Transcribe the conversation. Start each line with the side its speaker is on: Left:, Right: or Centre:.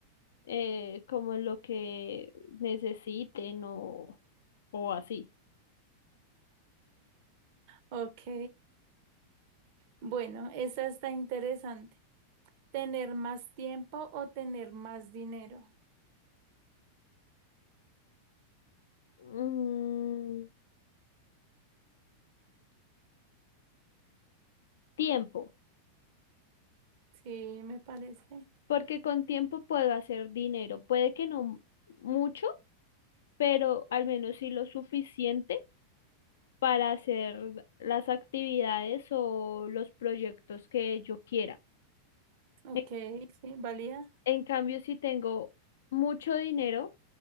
Left: eh, como en lo que necesiten o, o así.
Right: Ok. Bueno, esa está interesante. ¿Tener más tiempo o tener más dinero?
Left: Mm, tiempo,
Right: Sí, me parece.
Left: porque con tiempo puedo hacer dinero. Puede que no mucho, pero al menos sí lo suficiente para hacer las actividades o los proyectos que yo quiera.
Right: Ok,
Left: En,
Right: sí, valía.
Left: en cambio, si tengo mucho dinero,